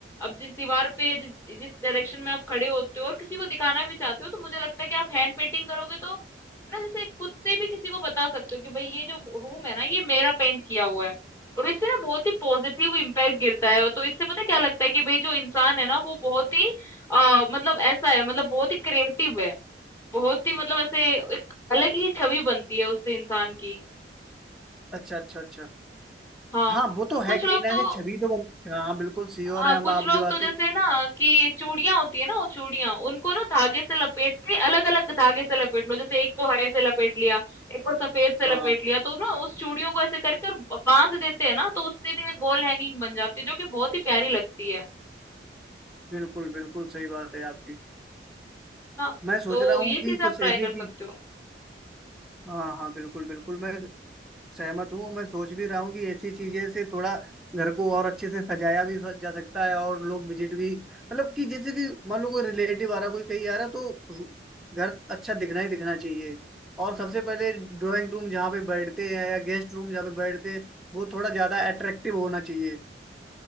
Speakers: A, on the left; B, in the centre.
A: अब जिस दीवार पे जिस जिस डायरेक्शन में आप खड़े होते हो और किसी को दिखाना भी चाहते हो तो मुझे लगता है कि आप हैंड पेंटिंग करोगे तो ना जैसे खुद से भी किसी को बता सकते हो कि भाई ये जो रूम है ना ये मेरा पेंट किया हुआ है और इससे ना बहुत ही पॉजिटिव इम्पैक्ट गिरता है तो इससे पता है क्या लगता है कि भाई जो इंसान है ना वो बहुत ही आ, मतलब ऐसा है मतलब बहुत ही क्रिएटिव है बहुत ही मतलब ऐसे एक अलग ही छवि बनती है उससे इंसान की
B: अच्छा अच्छा अच्छा
A: हाँ
B: हाँ वो तो है
A: कुछ
B: कहीं
A: लोग
B: ना
A: तो
B: कहीं छवि तो बन- हाँ बिल्कुल श्योर
A: हाँ
B: है हम
A: कुछ
B: आपकी
A: लोग
B: बात
A: तो जैसे
B: से
A: ना कि चूड़ियां होती है ना वो चूड़ियां उनको ना धागे से लपेट के अलग अलग धागे से लपेट लो जैसे एक को हरे से लपेट लिया एक को सफेद से लपेट
B: हाँ
A: लिया तो ना उस चूड़ियों को ऐसे करके और बांध देते हैं ना तो उससे भी एक वॉल हैंगिंग बन जाती है जो कि बहुत ही प्यारी लगती है
B: बिल्कुल बिल्कुल सही बात है आपकी
A: हाँ
B: मैं सोच
A: तो
B: रहा हूँ
A: ये
B: कि
A: चीज
B: कुछ
A: आप ट्राई
B: ऐसी
A: कर सकते
B: चीज
A: हो
B: हाँ हाँ बिल्कुल बिल्कुल मैं सहमत हूँ मैं सोच भी रहा हूँ कि ऐसी चीजें से थोड़ा घर को और अच्छे से सजाया भी जा सकता है और लोग विजिट भी मतलब कि जैसे कि मान लो कोई रिलेटिव आ रहा कोई कहीं आ रहा तो रू- घर अच्छा दिखना ही दिखना चाहिए और सबसे पहले ड्राइंग रूम जहाँ पे बैठते हैं या गेस्ट रूम जहाँ पे बैठते हैं वो थोड़ा ज्यादा अट्रैक्टिव होना चाहिए